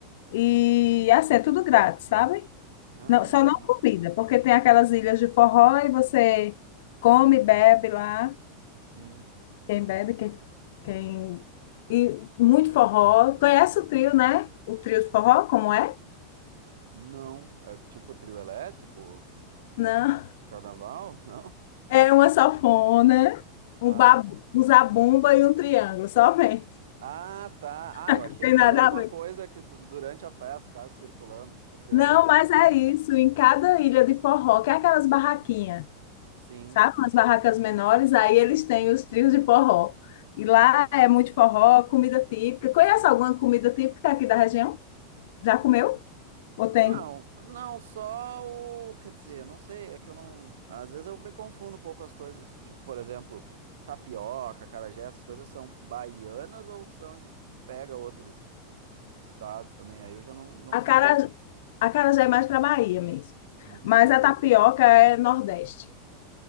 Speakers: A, on the left (about 70°); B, on the right (about 85°).
A: e assim, é tudo grátis, sabe?
B: Ah,
A: Não, só
B: legal.
A: não comida, porque tem aquelas ilhas de forró e você come, bebe lá.
B: Sim.
A: Quem bebe, quem, quem... E muito forró. Conhece o trio, né? O trio de forró, como é?
B: Não, é tipo trio elétrico
A: Não.
B: de carnaval, <laughs> não?
A: É uma sanfona,
B: Ah,
A: um babu, um zabumba e um triângulo, somente.
B: ah, tá. Ah,
A: Não
B: eu achei
A: tem
B: que
A: nada
B: era alguma
A: a ver.
B: coisa que du- durante a festa ficasse circulando, tipo um trio
A: Não,
B: elétrico.
A: mas
B: Ah,
A: é isso. Em cada ilha de forró, que é aquelas barraquinhas.
B: sim.
A: sabe? Umas barracas menores, aí eles têm os trios de forró. E lá é muito forró, comida típica. Conhece alguma comida típica aqui da região? Já comeu? Ou
B: Não,
A: tem?
B: não, só o. Quer dizer, não sei, é que eu não. Às vezes eu me confundo um pouco as coisas. Tipo, por exemplo, tapioca, acarajé, essas coisas são baianas ou são de. Pega outros estados também, aí eu já não, não
A: a
B: sei.
A: a cara, a cara já é mais para Bahia mesmo.
B: Uhum.
A: Mas a tapioca é Nordeste.